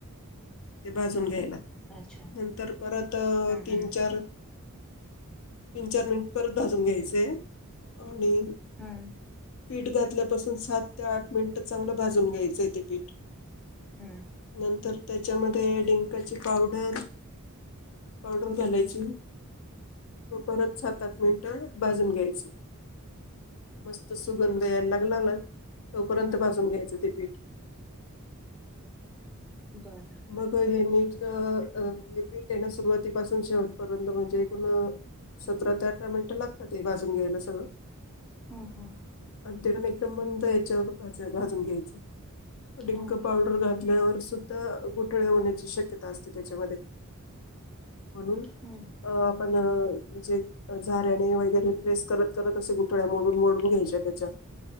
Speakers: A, on the left; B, in the centre.
A: ते भाजून घ्यायला
B: अच्छा
A: नंतर परत
B: हम्म
A: तीन चार तीन चार मिनिट परत भाजून घ्यायचेय आणि
B: हम्म
A: पीठ घातल्यापासून सात ते आठ मिनिटं चांगलं भाजून घ्यायचंय ते पीठ
B: हम्म
A: नंतर त्याच्यामध्ये डिंकाची पावडर पावडर घालायची परत सात आठ मिनिटं भाजून घ्यायची मस्त सुगंध यायला लागला ना तोपर्यंत
B: हम्म
A: भाजून घ्यायचं ते पीठ <inaudible>
B: हम्म बरं
A: मग हे नीट अ पीठ येण्या सुरुवातीपासून शेवटपर्यंत म्हणजे एकूण सतरा ते अठरा मिनिटं लागतात ते भाजून घ्यायला सगळं
B: हम्म हम्म
A: आणि ते पण मंद यांच्यावर भाजून घ्यायच डिंक
B: हम्म
A: पावडर घातल्यावर सुद्धा गोठळे होण्याची शक्यता असते त्याच्यामध्ये म्हणून
B: हम्म
A: अ पण जे झाारणे वगैरे प्रेस करत करत, असे गुठळ्या मोडून मोडून घ्यायच्या त्याच्या.